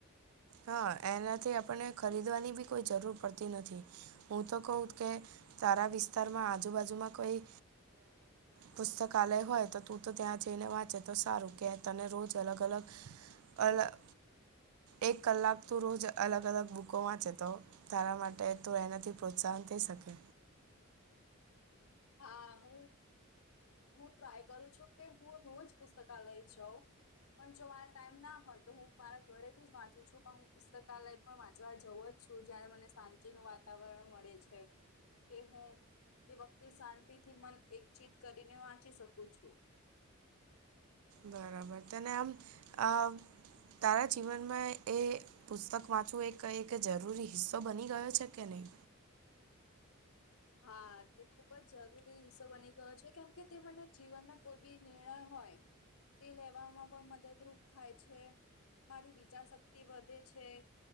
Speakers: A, on the right; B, on the left.
A: હા, એનાથી આપણને ખરીદવાની બી કોઈ જરૂર પડતી નથી. હું તો કઉ કે તારા વિસ્તારમાં આજુબાજુમાં કોઈ પુસ્તકાલય હોય તો તું તો ત્યાં જઈને વાંચે તો સારું કે તને રોજ અલગ અલગ અલગ એક કલાક તું રોજ અલગ અલગ બુકો વાંચે તો તારા માટે તો એનાથી પ્રોત્સાહન થઈ શકે.
B: હા, હું હું ટ્રાય કરું છું કે હું રોજ પુસ્તકાલય જાઉં. પણ જો મારા ટાઈમ ના હોય તો હું મારા ઘરેથી જ વાંચુ છું પણ હું પુસ્તકાલય પણ વાંચવા જવું જ છું જયારે મને શાંતિનું વાતાવરણ મળે છે. કે હું તે વખતે શાંતિથી મન એકચિત કરીને વાંચી શકું છું.
A: બરાબર તને આમ તારા જીવનમાં એ પુસ્તક વાંચવું એક એક જરૂરી હિસ્સો બની ગયો છે કે નહીં?
B: હા, તે ખૂબ જ જરૂરી હિસ્સો બની ગયો છે કેમ કે તે મને જીવનના કોઈ બી નિર્ણય હોય તે લેવામાં પણ મદદરૂપ થાય છે. મારી વિચાર શક્તિ વધે છે.